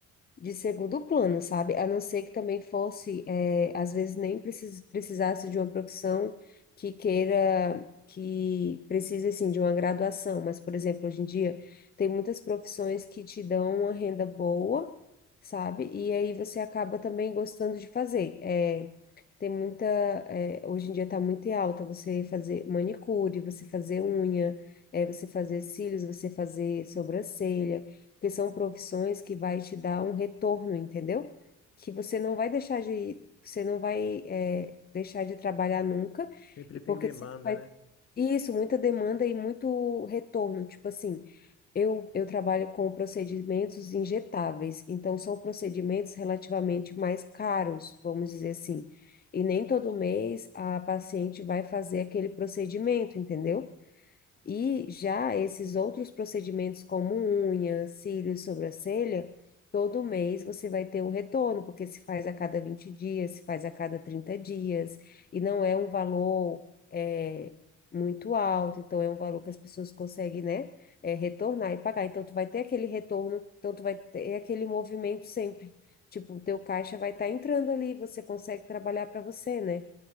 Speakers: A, on the left; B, on the left.
A: de segundo plano, sabe? A não ser que também fosse, eh, às vezes nem precis, precisasse de uma profissão que queira, que precise, assim, de uma graduação. Mas, por exemplo, hoje em dia, tem muitas profissões que te dão uma renda boa, sabe? E aí você acaba também gostando de fazer. Eh, tem muita, eh, hoje em dia está muito em alta você fazer manicure, você fazer unha, eh, você fazer cílios, você fazer sobrancelha, porque são profissões que vai te dar um retorno, entendeu? Que você não vai deixar de, você não vai é, deixar de trabalhar nunca,
B: Sempre
A: e
B: tem
A: porque
B: demanda,
A: sempre vai
B: né?
A: isso, muita demanda e muito retorno. Tipo assim, eu, eu trabalho com procedimentos injetáveis, então são procedimentos relativamente mais caros, vamos dizer assim. E nem todo mês a paciente vai fazer aquele procedimento, entendeu? E já esses outros procedimentos, como unha, cílios, sobrancelha, todo mês você vai ter um retorno, porque se faz a cada 20 dias, se faz a cada 30 dias, e não é um valor é, muito alto, então é um valor que as pessoas conseguem, né, é, retornar e pagar. Então, tu vai ter aquele retorno, então tu vai ter aquele movimento sempre. Tipo, o teu caixa vai estar entrando ali, você consegue trabalhar para você, né?